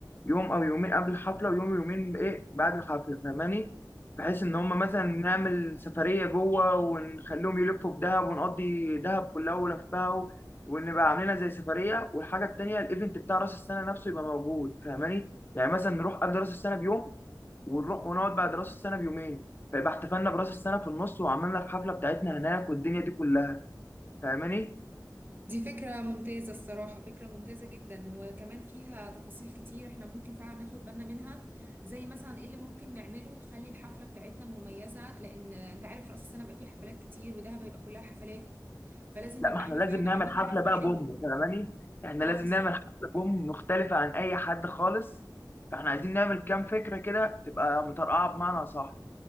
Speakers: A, on the left; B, on the right.
A: يوم او يومين قبل الحفله ويوم يومين ايه بعد الحفله فاهماني بحيث ان هم مثلا نعمل سفريه جوه ونخليهم يلفوا بدهب ونقضي دهب كلها ولفها و- ونبقى عاملينها زي سفريه والحاجه التانيه الايفنت بتاع راس السنه نفسه يبقى موجود فاهماني يعني مثلا نروح قبل راس السنه بيوم ونروح ونقعد بعد راس السنه بيومين فيبقى احتفلنا براس السنه في النص وعملنا الحفله بتاعتنا هناك والدنيا دي كلها فاهماني
B: دي فكرة ممتازة الصراحة فكرة ممتازة جدا وكمان فيها تفاصيل كتير احنا ممكن فعلا ناخد بالنا منها زي مثلا ايه اللي ممكن نعمله يخلي الحفلة بتاعتنا مميزة لأن انت عارف رأس السنة بقى فيه حفلات كتير ودهب هيبقى كلها حفلات فلازم
A: لا
B: نبقى
A: ما احنا
B: احنا
A: لازم
B: فعلا
A: نعمل
B: عاملين
A: حفله
B: حفلة
A: بقى
B: حلوة
A: بوم فاهماني احنا
B: اه
A: لازم
B: بالظبط
A: نعمل حفله بوم مختلفه عن اي حد خالص فاحنا عايزين نعمل كام فكره كده تبقى مطرقعه بمعنى صح